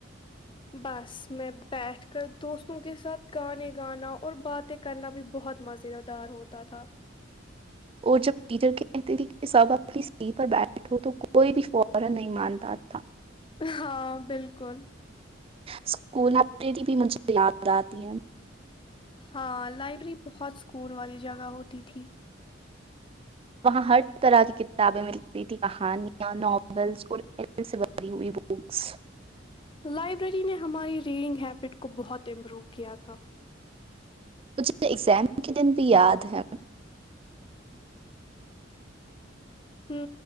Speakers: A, on the left; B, on the right.
A: بس میں بیٹھ کر دوستوں کے ساتھ گانے گانا اور باتیں کرنا بھی بہت مز دار ہوتا تھا
B: اور جب ٹیچر کہتے تھی کہ سب اپنی سی پر بیٹھو تو کوئی بھی فورا نہیں مانتا تھا
A: ہاں بالکل
B: اسکول لائبریری بھی مجھے یاد آتی ہے
A: ہاں لائبریری بہت سکون والی جگہ ہوتی تھی
B: وہاں ہر طرح کی کتابیں ملتی تھی کہانیاں ناولس اور علم سے بری ہوئی بکس
A: لائبریری نے ہماری ریڈنگ ہیبٹ کو بہت امپروو کیا تھا
B: مجھے ایگزام کے دن بھی یاد ہے
A: ہ